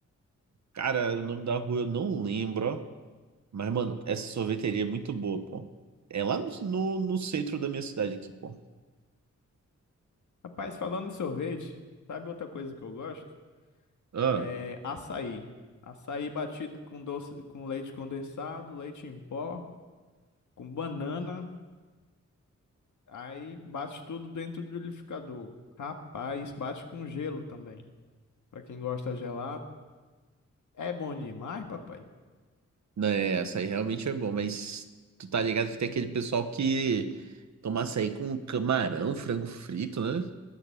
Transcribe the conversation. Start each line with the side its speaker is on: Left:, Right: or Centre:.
Right: Cara, o nome da rua eu não lembro, ó. Mas, mano, essa sorveteria é muito boa, pô. É lá no, no, no centro da minha cidade aqui, pô.
Left: Rapaz, falando em sorvete, sabe outra coisa que eu gosto?
Right: Ah,
Left: É açaí. Açaí batido com doce, com leite condensado, leite em pó, com banana, aí bate tudo dentro do liquidificador. Rapaz, bate com gelo também. Pra quem gosta gelado, é bom demais, papai.
Right: Não, é, açaí realmente é bom, mas tu tá ligado que tem aquele pessoal que toma açaí com camarão, frango frito, né?